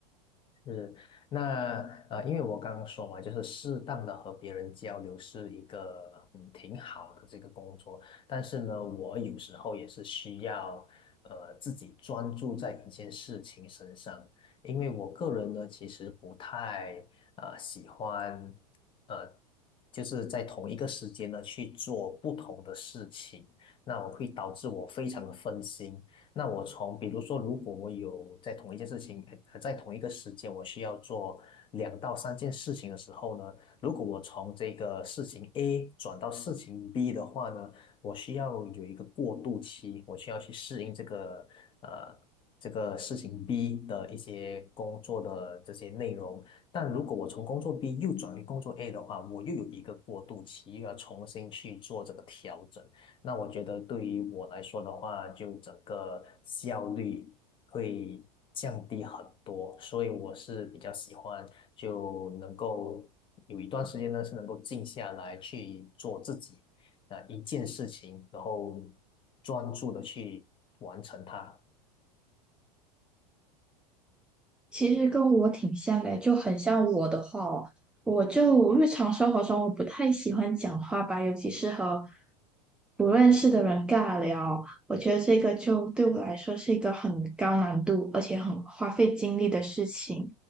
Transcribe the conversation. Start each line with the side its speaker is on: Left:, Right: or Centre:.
Left: 是，那呃，因为我刚刚说嘛，就是适当的和别人交流是一个嗯挺好的这个工作，但是呢，我有时候也是需要呃自己专注在一件事情身上，因为我个人呢其实不太呃喜欢呃就是在同一个时间呢去做不同的事情，那我会导致我非常的分心。那我从比如说，如果我有在同一件事情，呃，在同一个时间，我需要做两到三件事情的时候呢，如果我从这个事情 A 转到事情 B 的话呢，我需要有一个过渡期，我需要去适应这个呃这个事情 B 的一些工作的这些内容。但如果我从工作 B 又转为工作 A 的话，我又有一个过渡期，又要重新去做这个调整。那我觉得对于我来说的话，就整个效率会降低很多，所以我是比较喜欢就能够有一段时间呢是能够静下来去做自己啊、呃一件事情，然后专注的去完成它。
Centre: 其实跟我挺像的，就很像我的话哦，我就日常生活中我不太喜欢讲话吧，尤其是和不认识的人尬聊，我觉得这个就对我来说是一个很高难度，而且很花费精力的事情。